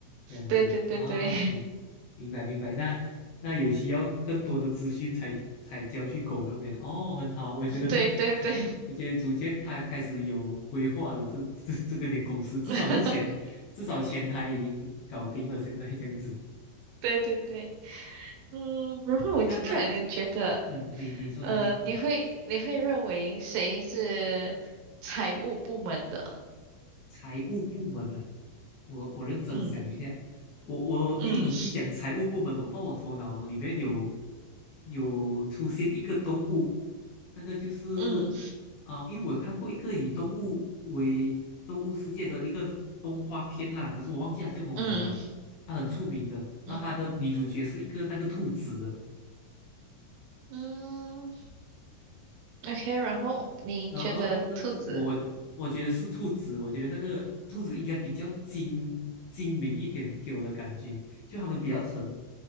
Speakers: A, on the left; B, on the right.
A: 这样子啊，
B: 对对对对
A: 明明白明白。那那有需要更多的资讯才才交去狗那边哦，很好，我觉得
B: <laughs> 对对对
A: <laughs> 我觉得逐渐他开始有规划了，这这这个点公司至少是前至少前台已经搞定了，
B: <laughs>
A: 现在这样子。
B: 对对对，嗯，然后我就突然间觉得，
A: 那那嗯，你你说你说啊。
B: 呃，你会你会认为谁是财务部门的？
A: 财务部门的，我我认真想一下，
B: 嗯。
A: 我我因为你一讲财务部门，
B: 嗯
A: 我不知道我头脑里面有有出现一个动物，那个就是
B: 嗯
A: 啊，因为我看过一个以动物为动物世界的一个动画片啦，可是我忘记它叫什么名了，
B: 嗯
A: 它很出名的，然后它的女主角是一个那个兔子，
B: 嗯嗯，OK。然后你觉得兔子，
A: 然后然后那个那兔子，我我我觉得是兔子，我觉得那个兔子应该比较精精明一点，给我的感觉，就他们比较沉，